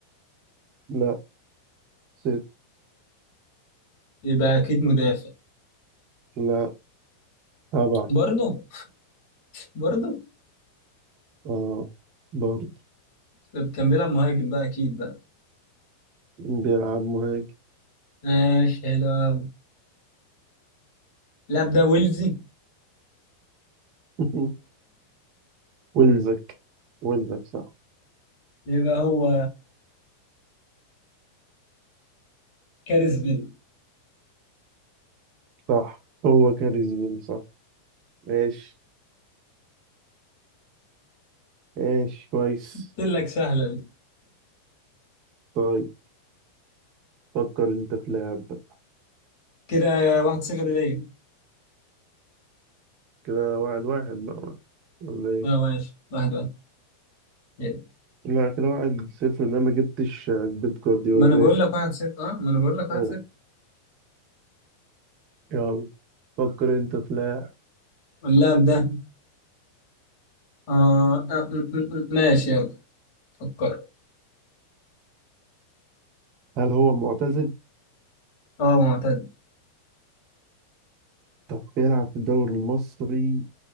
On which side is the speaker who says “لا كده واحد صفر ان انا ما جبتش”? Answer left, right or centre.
Right